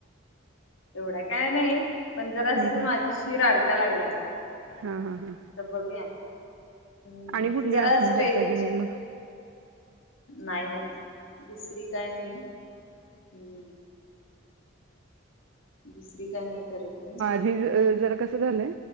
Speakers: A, on the left; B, on the right.
A: एवढा काय नाही, पण जराशी
B: हम्म हम्म
A: माझी शिर अडकाय लागल्या.
B: हा हा हा
A: तर बघूया. हम्म,
B: आणि
A: ते
B: कुठली
A: जरा
B: आसनं
A: स्टेच
B: करताय की नाही मग
A: नाही नाही दुसरी काय नाही, हम्म. दुसरी काय नाही करत मी.
B: हे जरा कसं झालंय?